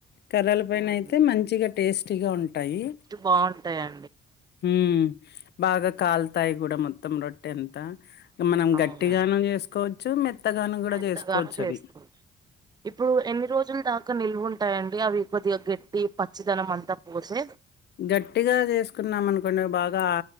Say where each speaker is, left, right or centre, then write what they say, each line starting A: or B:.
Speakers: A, on the left; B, on the right.
A: కర్రల పైన
B: అవునండి.
A: అయితే మంచిగా టేస్టీగా ఉంటాయి
B: బాగుంటాయి
A: మ్ బాగా కాల్తాయి కూడా మొత్తం రొట్టె అంతా మనం
B: అవునండి
A: గట్టిగానం చేసుకోవచ్చు మెత్తగానం కూడా
B: మెత్తగాను
A: చేసుకోవచ్చు
B: చేస్తూ
A: అవి
B: ఇప్పుడు ఎన్ని రోజుల దాకా నిల్వ ఉంటాయండి అవి కొద్దిగా గట్టి పచ్చిదనం అంతా పోసే
A: గట్టిగా చేసుకున్నాం అనుకోండి అవి బాగా